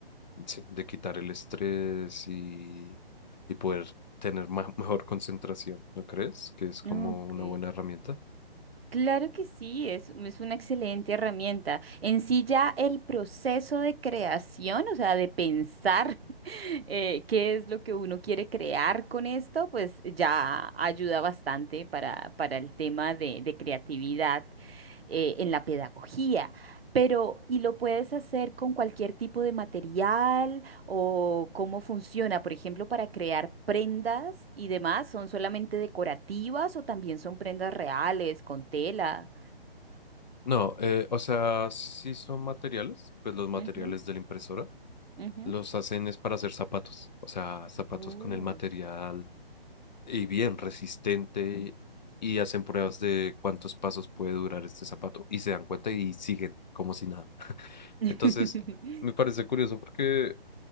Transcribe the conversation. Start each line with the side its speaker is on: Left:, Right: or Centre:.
Left: sí, de quitar el estrés y, y poder tener ma- mejor concentración, ¿no crees? Que es como
Right: ujú. Ok.
Left: una buena herramienta.
Right: Claro que sí, es, es una excelente herramienta. En sí ya el proceso de creación, o sea, de pensar <laughs> eh, qué es lo que uno quiere crear con esto, pues ya ayuda bastante para, para el tema de, de creatividad eh, en la pedagogía. Pero, y lo puedes hacer con cualquier tipo de material. o cómo funciona, por ejemplo, para crear prendas y demás, ¿son solamente decorativas o también son prendas reales con tela?
Left: No, eh, o sea, sí son materiales, pues los materiales
Right: Ujú,
Left: de la impresora
Right: ujú.
Left: los hacen es para hacer zapatos, o sea, zapatos
Right: Oh.
Left: con el material y bien resistente y hacen pruebas de cuántos pasos puede durar este zapato y se dan cuenta y siguen como si nada.
Right: <laughs>
Left: Entonces, me parece curioso porque